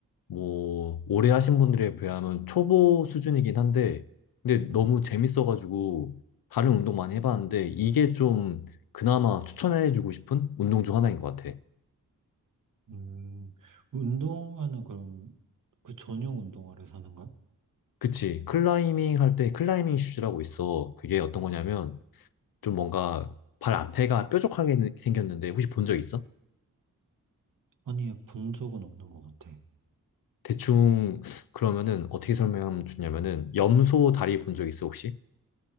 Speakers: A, on the left; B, on the right.
A: 뭐 오래 하신 분들에 비하면 초보 수준이긴 한데 근데
B: 응.
A: 너무 재밌어가지고 다른 운동 많이 해봤는데 이게 좀 그나마 추천해주고 싶은 운동 중 하나인 것 같아.
B: 음, 운동화는 그럼 그 전용 운동화를 사는 거야?
A: 그치. 클라이밍 할 때 클라이밍 슈즈라고 있어. 그게 어떤 거냐면 좀 뭔가 발 앞에가 뾰족하게 생겼는데 혹시 본 적 있어?
B: 아니, 본 적은 없는 것 같아.
A: 대충 그러면은 어떻게 설명하면 좋냐면은 염소 다리 본 적 있어 혹시?